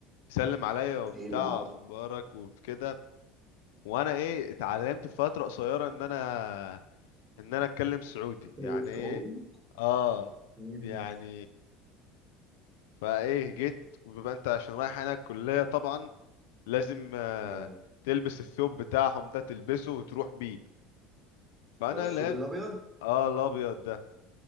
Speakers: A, on the left (about 85°); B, on the right (about 20°).
A: يسلم عليا وبتاع
B: ايه اللي عايز
A: اخبارك وكده وانا ايه اتعلمت في فتره قصيره ان انا ان انا اتكلم سعودي
B: تتكلم
A: يعني
B: سعودي
A: ايه اه
B: مم.
A: يعني فايه جيت وبيبقى انت عشان رايح هناك الكليه طبعا لازم آه،
B: اه
A: تلبس الثوب بتاعهم ده تلبسه وتروح بيه فانا
B: ده الثوب
A: لاب
B: الابيض
A: اه الابيض ده